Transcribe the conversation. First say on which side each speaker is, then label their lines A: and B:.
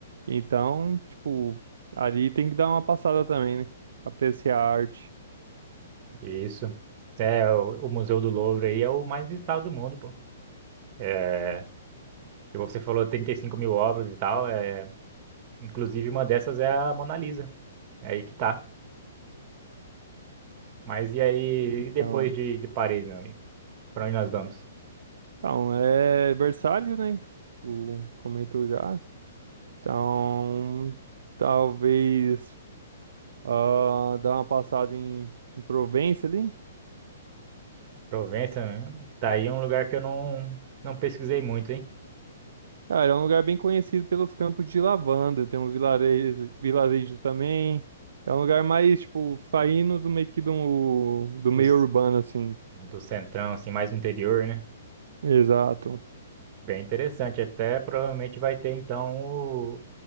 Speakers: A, on the right; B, on the right.
A: Então, tipo, ali tem que dar uma passada também, né? Apreciar a arte.
B: Isso. É, o, o Museu do Louvre aí é o mais visitado do mundo, pô. É, e você falou 35 mil obras e tal, é, inclusive uma dessas é a Mona Lisa. É aí que tá. Mas e aí,
A: Então,
B: e depois de, de Paris, meu amigo? Pra onde nós vamos?
A: então é versátil, né? O comentou já. Então, talvez. ah, dar uma passada em, em Provença ali.
B: Provença, né? tá aí um lugar que eu não, não pesquisei muito, hein?
A: Cara, é um lugar bem conhecido pelos campos de lavanda. Tem um vilarejo, vilarejo também. É um lugar mais, tipo, saindo do meio que do, do meio
B: Do, c-
A: urbano, assim.
B: do centrão, assim, mais no interior, né?
A: Exato.
B: Bem interessante. Até provavelmente vai ter, então, o-